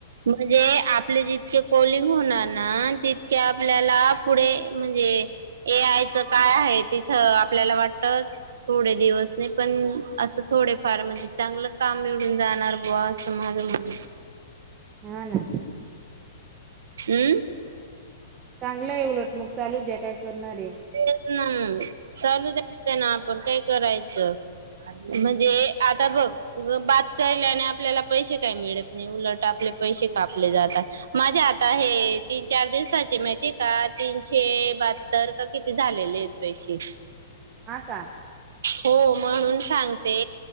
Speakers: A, on the right; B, on the right.
A: म्हणजे आपले जितके कोलिंग होणार ना तितके आपल्याला पुढे म्हण म्हणजे ऐ आयचं काय आहे तिथं, आपल्याला वाटत थोडे दिवस नाही पण. असं थोडेफार म्हणजे, चांगलं काम निवडून जाणार बुवा असं माझं म्हण
B: हा ना.
A: अम.
B: चांगलं आहे उलट मग चालू द्या काय. करणार आहे
A: तेचं ना चालू द्यायचं, ना आपण काय करायचं. म्हणजे आता बघ गं बात बात केल्याने आपल्याला पैसे काही मिळत नाही उलट आपले पैसे कापले जातात. माझे आता हे तीन चार दिवसाचे माहिती आहेका. तीनशे बात्तर तर किती झालेले आहेत पैशे.
B: हा का.
A: हो म्हणून सांगते.